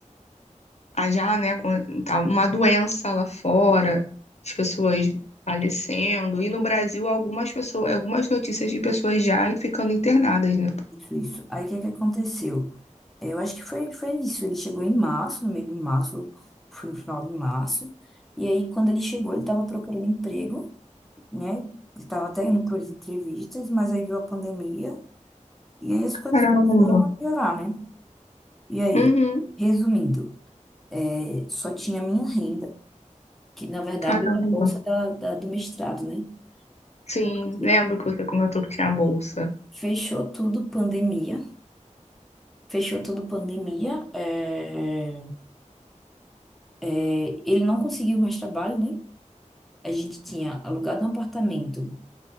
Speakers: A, on the left; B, in the centre.
A: a já, né, com- tá uma doença lá fora, as pessoas falecendo, e no Brasil algumas pessoas, algumas notícias de pessoas já ficando internadas, né?
B: Isso, isso. Aí o que é que aconteceu? É, Eu acho que foi, foi isso. Ele chegou em março, no meio de março, foi no final de março. E aí, quando ele chegou, ele estava procurando emprego, né? Ele estava até indo para as entrevistas, mas aí veio a pandemia e aí as coisas
A: Caramba.
B: começaram a piorar, né? E aí,
A: Uhum,
B: resumindo, eh, só tinha a minha renda, que na verdade
A: caramba.
B: era a bolsa da, da- do mestrado, né?
A: Sim,
B: Porque
A: lembro que você comentou que tinha bolsa.
B: fechou tudo pandemia, fechou tudo pandemia. é, É, ele não conseguiu mais trabalho, né? A gente tinha alugado um apartamento.